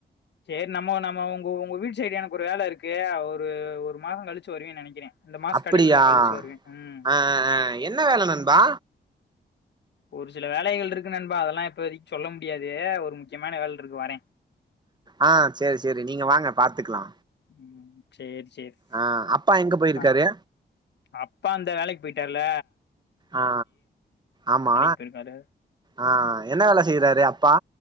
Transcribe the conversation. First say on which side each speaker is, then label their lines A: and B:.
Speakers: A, on the left (about 70°); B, on the right (about 25°).
A: சேர் நம்ம நம்ம உங்க உங்க வீட்டு சைடு எனக்கு ஒரு வேல இருக்கு ஒரு ஒரு மாசோ கழுச்சு வருவேன் நெனைக்கிறே இந்த மாச
B: அப்டியா
A: கடைசில கழிச்சு வருவே ம்
B: அ அ அ என்ன வேல நண்பா
A: ஒரு சில வேலைகள் இருக்கு நண்பா அதெல்லா எப்போ வரைக்கு சொல்ல முடியாது ஒரு முக்கியமான வேல இருக்கு வரே
B: ஆ சேர் சேரி நீங்க வாங்க பாத்துக்கலா
A: ம் சேரி சேரி
B: ஆ அப்பா எங்க போயிருக்காரு
A: ஆ அப்பா அந்த வேலைக் போயிட்டாருல
B: ஆ ஆமா
A: போயிருக்காரு
B: ஆ என்ன வேல செய்யறாரு அப்பா